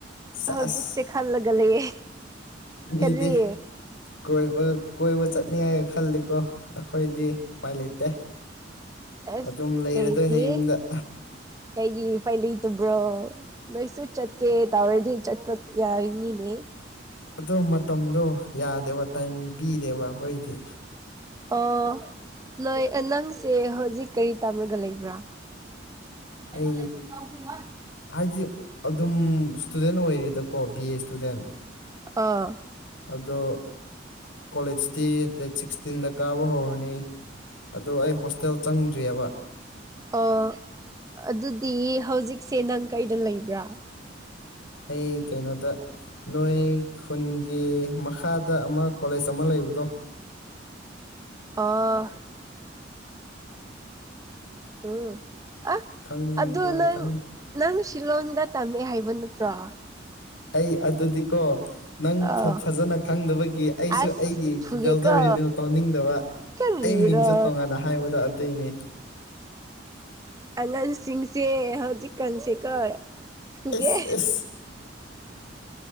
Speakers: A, on the left; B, on the right.
A: ꯁꯦꯁ
B: ꯍꯧꯖꯤꯛꯁꯦ ꯈ ꯈꯜꯂꯒ ꯂꯩꯌꯦ
A: ꯃꯤꯗꯤ
B: ꯀꯔꯤ
A: ꯀꯣꯏꯕ ꯀꯣꯏꯕ ꯆꯠꯅꯤꯉꯥꯏꯒ ꯈꯜꯂꯤꯀꯣ ꯑꯩꯈꯣꯏꯗꯤ ꯎꯄꯥꯏ ꯂꯩꯇꯦ
B: ꯑꯁ
A: ꯑꯗꯨꯝ ꯂꯩꯔꯗꯣꯏꯅꯦ
B: ꯀꯔꯤꯒꯤ
A: ꯌꯨꯝꯗ
B: ꯀꯩꯒꯤ ꯎꯄꯥꯏ ꯂꯩꯇꯕ꯭ꯔꯣ ꯅꯣꯏꯁꯨ ꯆꯠꯀꯦ ꯇꯧꯔꯗꯤ ꯆꯠꯄ ꯌꯥꯔꯤꯉꯤꯅꯦ
A: ꯑꯗꯣ ꯃꯇꯝꯗꯣ ꯌꯥꯗꯕ ꯇꯥꯏꯃꯤꯡ ꯄꯤꯗꯦꯕ ꯑꯩꯈꯣꯏꯗꯤ
B: ꯑꯣ ꯅꯣꯏ ꯅꯪꯁꯦ ꯍꯧꯖꯤꯛ ꯀꯔꯤ ꯇꯝꯔꯒ ꯂꯩꯕ꯭ꯔꯥ <unintelligible>
A: ꯑꯩ ꯍꯥꯏꯗꯤ ꯑꯗꯨꯝ ꯁꯇꯨꯗꯦꯟ ꯑꯣꯏꯔꯤꯗꯀꯣ ꯕꯤ ꯑꯦ ꯁꯇꯨꯗꯦꯟ
B: ꯑꯥ
A: ꯑꯗꯣ ꯀꯣꯂꯦꯖꯇꯤ ꯗꯦꯠ ꯁꯤꯛꯁꯇꯤꯟꯗ ꯀꯥꯕ ꯍꯧꯔꯅꯤ ꯑꯗꯣ ꯑꯩ ꯍꯣꯁꯇꯦꯜ ꯆꯪꯗ꯭ꯔꯤꯑꯕ
B: ꯑꯣ ꯑꯗꯨꯗꯤ ꯍꯧꯖꯤꯛꯁꯦ ꯅꯪ ꯀꯩꯗ ꯂꯩꯕ꯭ꯔꯥ
A: ꯑꯩ ꯀꯩꯅꯣꯗ ꯅꯣꯏ ꯈꯨꯟꯒꯤ ꯃꯈꯥꯗ ꯑꯃ ꯀꯣꯂꯦꯖ ꯑꯃ ꯂꯩꯕꯗꯣ
B: ꯑꯣ <unintelligible> ꯎꯝ ꯑ
A: ꯈꯪꯕ꯭ꯔꯥ
B: ꯑꯗꯨ ꯅꯪ
A: ꯈꯪ
B: ꯅꯪ ꯁꯤꯂꯣꯡꯗ ꯇꯝꯃꯦ ꯍꯥꯏꯕ ꯅꯠꯇ꯭ꯔꯣ
A: ꯑꯩ ꯑꯗꯨꯗꯤꯀꯣ ꯅꯪ
B: ꯑꯥ
A: ꯐꯖꯅ ꯈꯪꯗꯕꯒꯤ ꯑꯩꯁꯨ
B: ꯑꯁ
A: ꯑꯩꯒꯤ
B: ꯐꯨꯒꯦꯀꯣ
A: ꯖꯦꯜꯗꯣ ꯔꯤꯚꯤꯌꯨ ꯇꯧꯅꯤꯡꯗꯕ
B: ꯀꯔꯤꯔ
A: ꯑꯩ ꯃꯤꯡꯖꯨ ꯇꯣꯡꯉꯥꯟꯅ ꯍꯥꯏꯕꯗꯣ ꯑꯗꯨꯏꯅꯦ
B: ꯑꯉꯥꯡꯁꯤꯡꯁꯦ ꯍꯧꯖꯤꯛꯀꯥꯟꯁꯦ ꯀꯣ ꯐꯨꯒꯦ
A: ꯑꯦꯁ ꯑꯦꯁ